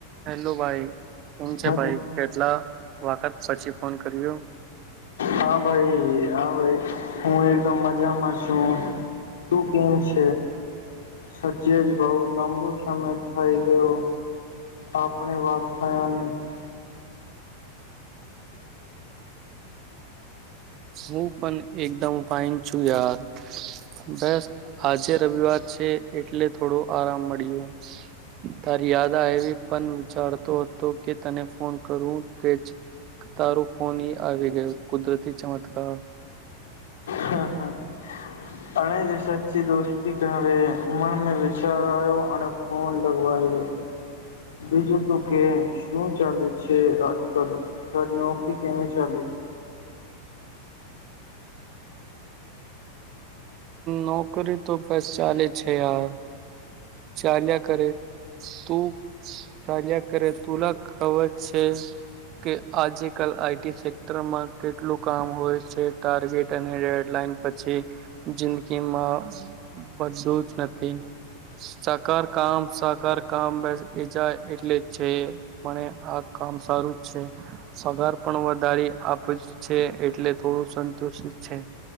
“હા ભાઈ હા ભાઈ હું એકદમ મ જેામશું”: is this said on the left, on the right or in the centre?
Left